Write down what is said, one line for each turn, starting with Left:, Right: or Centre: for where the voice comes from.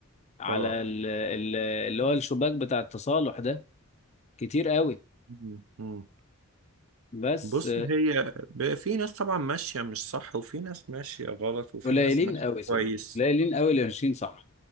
Left: على
Right: اه
Left: ال... ال- اللي هو الشباك بتاع التصالح ده كتير قوي
Right: مم. مم.
Left: بس
Right: بص هي ب- في ناس طبعا ماشية مش صح وفي ناس ماشية غلط وفي
Left: قليلين
Right: ناس ماشية
Left: قوي صدق
Right: كويس
Left: قليلين قوي اللي ماشيين صح